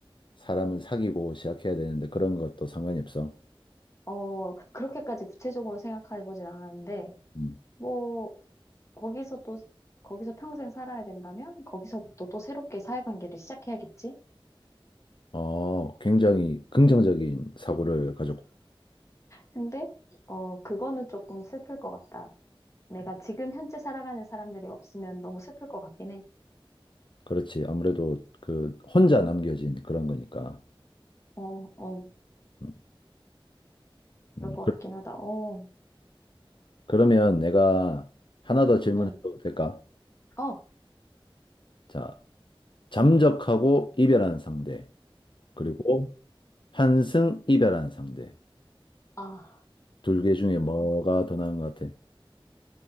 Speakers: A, on the left; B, on the left.
A: 사람을 사귀고 시작해야 되는데 그런 것도 상관이 없어.
B: 어, 그렇게까지 구체적으로 생각해 보진 않았는데,
A: 음.
B: 뭐, 거기서 또, 거기서 평생 살아야 된다면, 거기서부터 또 새롭게 사회관계를 시작해야겠지?
A: 어, 굉장히 긍정적인 사고를 가졌고.
B: 근데, 어, 그거는 조금 슬플 것 같다. 내가 지금 현재 살아가는 사람들이 없으면 너무 슬플 것 같긴 해.
A: 그렇지. 아무래도 그 혼자 남겨진 그런 거니까.
B: 어, 어,
A: 음,
B: 그럴
A: 음,
B: 것
A: 그,
B: 같긴 하다. 어,
A: 러면 내가 하나 더 질문해도
B: 응,
A: 될까?
B: 어, 어.
A: 자, 잠적하고 이별한 상대, 그리고 환승 이별한 상대.
B: 아,
A: 둘 개 중에 뭐가 더 나은 것 같아?